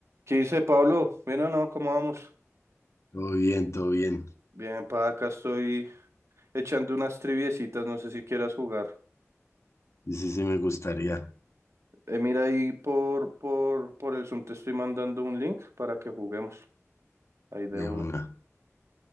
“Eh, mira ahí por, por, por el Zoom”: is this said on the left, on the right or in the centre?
Right